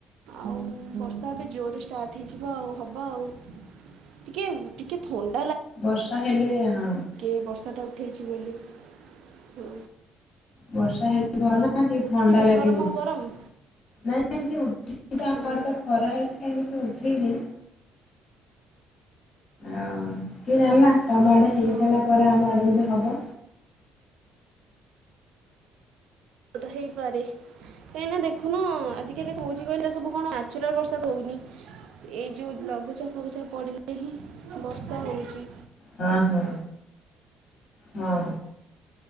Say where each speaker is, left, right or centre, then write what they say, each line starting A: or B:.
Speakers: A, on the right; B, on the left.
A: ଆଉ ବର୍ଷା ଏବେ ଜୋର ରେ ଷ୍ଟାର୍ଟ ହେଇଚି ତ ଆଉ ହବ ଆଉ। ଟିକେ ଟିକେ ଥଣ୍ଡ
B: ବସ୍ ହେଲେ ହଁ।
A: ଏଇ ବର୍ଷାଟା ଉଠେଇଛି ବୋଲି ହଁ।
B: ବର୍ଷା ହେଲେ ଭଲ ନା ଟିକେ ଥଣ୍ଡା ଲାଗିବ
A: ସେ ଗରମ ଆଉ ଗରମ
B: ନାଇଁ। <unintelligible> ଆମ
A: ହୁଁ
B: ଆଡ଼େ ତ ଖରା ହେଇଛି କାଇଁ କିଛି ହଉନି। ଠେଇନି ଆଁ କିଏ ଜାଣିନା ତମ ଆଡେ ହେଇସାରିଲା
A: ହଁ।
B: ପରେ ଆମ ଆଡେ ଯଦି ହବ।
A: ହେଇପାରେ କାହିଁକିନା ଦେଖୁନ ଆଜିକାଲି କହୁଛି କହିଲେ ସବୁ କଣ ନାଚୁରାଲ ବର୍ଷା ହଉନି ଏଇ ଯୋଉ ଲଘୁଚାପ ଫଘୁଚାପ ପଡ଼ିଲେ ହିଁ ବର୍ଷା ହଉଛି।
B: ହଁ ହଁ ହଁ।